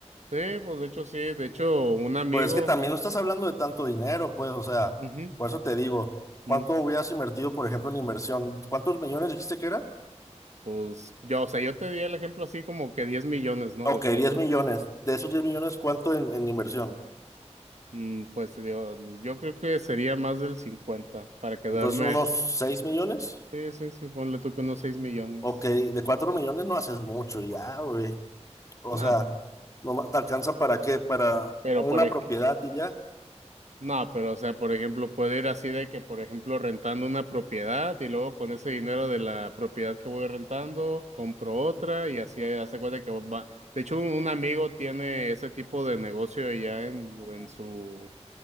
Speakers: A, on the right (about 75°); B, on the left (about 25°).
A: Sí, pues de hecho sí, de hecho un amigo,
B: Pero es que también no estás hablando de tanto dinero, pues, o sea,
A: ujú,
B: por eso te digo,
A: mm,
B: ¿cuánto hubieras invertido, por ejemplo, en inversión? ¿Cuántos millones dijiste que era?
A: pues yo, o sea, yo te di el ejemplo así como que 10 millones, ¿no?
B: Ok,
A: De pesos.
B: 10 millones. De esos 10 millones, ¿cuánto en, en inversión?
A: Mm, Pues te digo, yo creo que sería más del 50 para quedarme.
B: Entonces, unos 6 millones.
A: Sí, sí, sí, ponle tú que unos 6 millones.
B: Ok, de 4 millones no haces mucho, ya, güey. O
A: Nada,
B: sea, no ma- te alcanza para qué, para
A: pero
B: una
A: por ej-
B: propiedad y ya.
A: nah, pero o sea, por ejemplo, puede ir así de que, por ejemplo, rentando una propiedad y luego con ese dinero de la propiedad que voy rentando, compro otra y así eh, hace cuenta que va. De hecho, un, un amigo tiene ese tipo de negocio allá en,
B: Ujú,
A: en su,